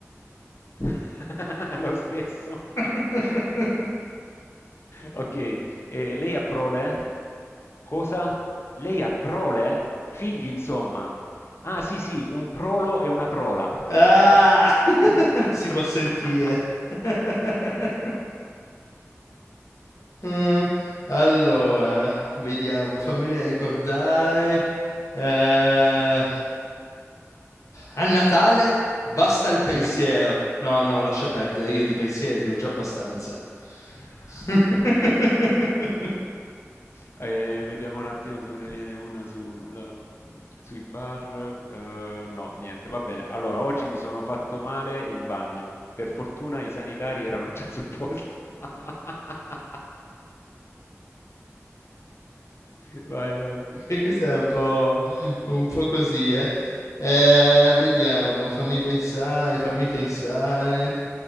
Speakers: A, on the left; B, on the left.
A: <laughs> Lo stesso.
B: <laughs>
A: <laughs> Ok, eh, lei ha prole? Cosa? Lei ha prole? Figli, insomma. Ah, sì, sì, un prolo e una prola.
B: Ah,
A: <laughs>
B: <laughs> si può sentire. <laughs> Mm, Allora, vediamo, fammene ricordare. Eh, A Natale basta il pensiero.
A: Sì?
B: No, no, lascia perdere, io di pensieri ne ho già abbastanza.
A: <laughs>
B: <laughs>
A: Ok. Eh, vediamo un attimo se me ne viene una sul, mm, sui bar. Eh, no, niente, va bene. Allora, oggi mi sono fatto male in bagno. Per fortuna i sanitari erano già sul posto. <laughs> Vai, vai.
B: E questo è un po', un po' così, eh. Eh, vediamo, fammi pensare, fammi pensare.